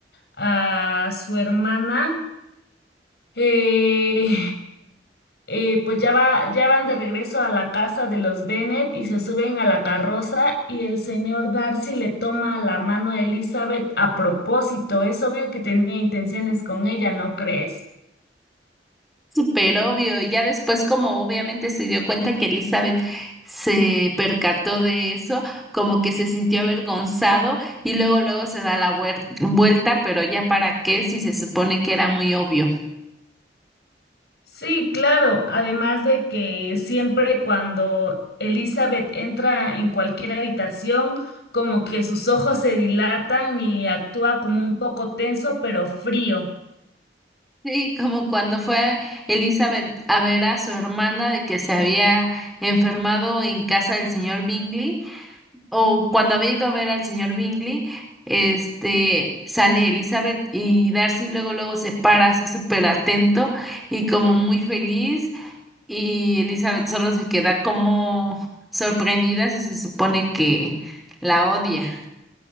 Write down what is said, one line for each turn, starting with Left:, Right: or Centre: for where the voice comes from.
Left: a su hermana, eh, eh, pues ya va, ya van de regreso a la casa de los Bennet y se suben a la carroza y el señor Darcy le toma la mano a Elizabeth a propósito. Es obvio que tenía intenciones con ella, ¿no crees?
Centre: súper obvio. Y ya después, como obviamente se dio cuenta que Elizabeth se percató de eso, como que se sintió avergonzado y luego, luego se da la vuer- vuelta, pero ya para qué si se supone que era muy obvio.
Left: Sí, claro. Además de que siempre cuando Elizabeth entra en cualquier habitación, como que sus ojos se dilatan y actúa como un poco tenso, pero frío.
Centre: Sí, como cuando fue Elizabeth a ver a su hermana de que se había enfermado en casa del señor Bingley. O cuando había ido a ver al señor Bingley, este, sale Elizabeth y Darcy luego luego se para así súper atento y como muy feliz y Elizabeth solo se queda como sorprendida si se supone que la odia.